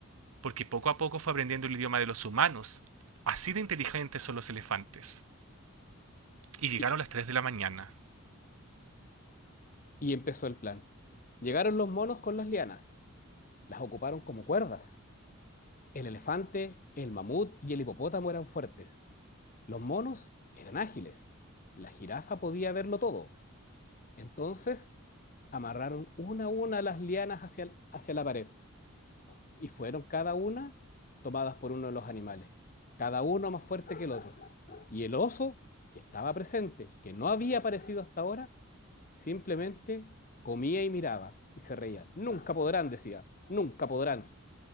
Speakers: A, on the right (about 85°); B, on the left (about 40°).
A: porque poco a poco fue aprendiendo el idioma de los humanos. Así de inteligentes son los elefantes. Y llegaron
B: Y,
A: las tres de la mañana.
B: y empezó el plan. Llegaron los monos con las lianas. Las ocuparon como cuerdas. El elefante, el mamut y el hipopótamo eran fuertes. Los monos eran ágiles. La jirafa podía verlo todo. Entonces amarraron una a una las lianas hacia, hacia la pared. y fueron cada una tomadas por uno de los animales, cada uno más fuerte que el otro. Y el oso, que estaba presente, que no había aparecido hasta ahora, simplemente comía y miraba y se reían. Nunca podrán, decía, nunca podrán.